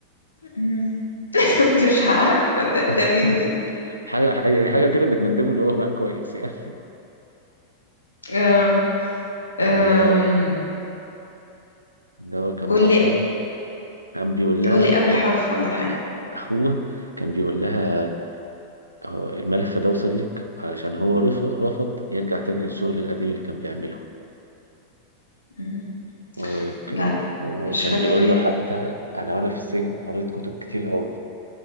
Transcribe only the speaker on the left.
مم. <laughs> مش عارفه ده,
ده مين دي
اه
أم،
قول
لي
قول لي اول
حرف ولا
حاجه
لا
مش فاكرة